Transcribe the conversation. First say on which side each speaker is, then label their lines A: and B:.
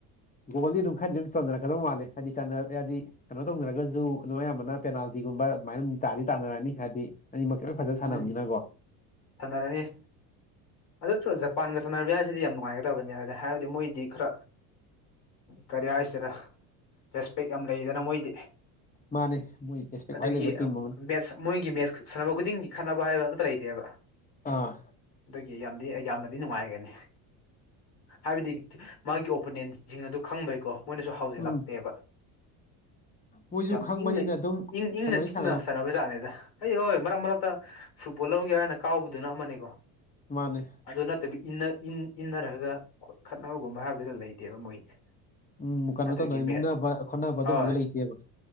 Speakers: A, on the left; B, on the left.
A: ꯒꯣꯜꯒꯤ ꯑꯗꯨꯝ ꯈꯔꯗꯤ ꯑꯗꯨꯝ ꯆꯝꯅꯔꯛꯀꯗꯧ ꯃꯥꯜꯂꯦ ꯍꯥꯏꯗꯤꯗꯤ ꯀꯩꯅꯣ ꯇꯧꯅꯔꯒꯁꯨ ꯑꯗꯨꯝ ꯑꯌꯥꯝꯕꯅ ꯄꯦꯅꯥꯜꯇꯤꯒꯨꯝꯕ ꯑꯗꯨꯃꯥꯏꯅ ꯇꯥꯗꯤ ꯇꯥꯟꯅꯔꯛꯅꯤ ꯍꯥꯏꯕꯗꯤ ꯑꯅꯤꯃꯛꯁꯦ ꯂꯣꯏ ꯐꯖꯅ
B: ꯎꯝ
A: ꯁꯥꯟꯅꯕꯅꯤꯅꯀꯣ
B: ꯁꯥꯟꯅꯔꯅꯤ ꯑꯗꯨꯁꯨ ꯖꯄꯥꯟꯒ ꯁꯥꯟꯅꯕꯤ ꯍꯥꯏꯁꯤꯗꯤ ꯌꯥꯝ ꯅꯨꯡꯉꯥꯏꯒꯗꯕꯅꯤ ꯍꯥꯏꯗꯤ ꯍꯥꯏꯔꯕꯗꯤ ꯃꯣꯏꯗꯤ ꯈꯔ ꯀꯔꯤ ꯍꯥꯏꯁꯤꯔ ꯔꯦꯁꯄꯦꯛ ꯌꯥꯝ ꯂꯩꯗꯅ ꯃꯣꯏꯗꯤ
A: ꯃꯥꯅꯦ ꯃꯣꯏ ꯔꯦꯁꯄꯦꯛ
B: ꯑꯗꯨꯒꯤ
A: ꯈ꯭ꯋꯥꯏ ꯂꯩꯕ ꯇꯤꯝ ꯑꯃꯅꯤ
B: ꯃꯦꯁ ꯃꯣꯏꯒꯤ ꯃꯦꯠꯁ ꯁꯥꯟꯅꯕ ꯈꯨꯗꯤꯡꯒꯤ ꯈꯠꯅꯕ ꯍꯥꯏꯕ ꯑꯃꯇ ꯂꯩꯇꯦꯕ
A: ꯑꯥ
B: ꯑꯦ ꯌꯥꯝꯗꯤ ꯌꯥꯝꯅꯗꯤ ꯅꯨꯡꯉꯥꯏꯒꯅꯤ ꯍꯥꯏꯕꯗꯤ ꯃꯥꯒꯤ ꯑꯣꯄꯣꯅꯦꯟꯁꯤꯡꯅ ꯑꯗꯨꯣ ꯈꯪꯕꯩꯀꯣ ꯃꯣꯏꯅꯁꯨ ꯍꯥꯎꯖꯤꯜꯂꯛꯇꯦꯕ
A: ꯎꯝ ꯃꯣꯏꯁꯨ
B: ꯌꯥꯝ
A: ꯈꯪꯕꯅꯤꯅ
B: ꯏꯪꯅ
A: ꯑꯗꯨꯝ
B: ꯏꯪ ꯏꯪꯅ
A: ꯁꯥꯟꯅꯩ
B: ꯆꯤꯛꯅ
A: ꯁꯥꯟꯅꯅꯣ
B: ꯁꯥꯟꯅꯕꯖꯥꯠꯅꯦꯗ ꯑꯩ ꯍꯣꯏ ꯃꯔꯛ ꯃꯔꯛꯇ ꯐꯨꯠꯕꯣꯜ ꯂꯧꯒꯦ ꯍꯥꯏꯅ ꯀꯥꯎꯕꯗꯨꯅ ꯑꯃꯅꯤꯅꯦꯀꯣ
A: ꯃꯥꯅꯦ
B: ꯑꯗꯨ ꯅꯠꯇꯕꯤ ꯏꯟꯅꯔꯒ ꯈꯠꯅꯕꯒꯨꯝꯕ ꯍꯥꯏꯕꯗꯨꯗ ꯂꯩꯇꯦꯕ ꯃꯣꯏꯁꯦ
A: ꯎꯝ ꯀꯩꯅꯣ
B: ꯑꯗꯨꯒꯤ
A: ꯇꯧꯅꯕ
B: ꯃꯦꯠ
A: ꯃꯨꯛꯅꯕ ꯈꯣꯠꯅꯕ ꯑꯗꯨꯝꯕꯗꯣ
B: ꯍꯣꯏ
A: ꯂꯩꯇꯦꯕ